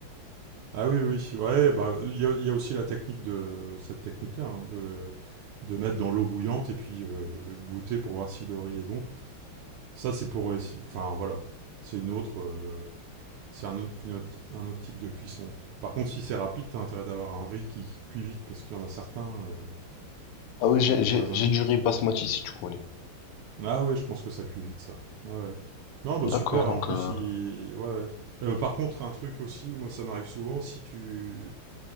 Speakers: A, on the right (about 90°); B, on the left (about 80°).
A: ah oui, oui, ouais, bah il y, a- il y a aussi la technique de cette technique-là, hein, de le- de mettre dans l'eau bouillante et puis euh, goûter pour voir si le riz est bon. Ça, c'est pour, essa- enfin voilà, c'est une autre, euh, c'est un autre, une autre- un autre type de cuisson. Par contre, si c'est rapide, t'as intérêt d'avoir un riz qui cuit vite parce qu'il y en a certains. euh,
B: Ah oui, j'ai
A: euh,
B: j'ai
A: par exemple.
B: j'ai du riz basmati si tu connais.
A: Ah ouais, je pense que ça cuit vite, ça. Ouais, ouais. Non, bah
B: D'accord,
A: super,
B: donc
A: en plus,
B: euh,
A: il... ouais, ouais. Euh, par contre, un truc aussi, moi ça m'arrive souvent, si tu...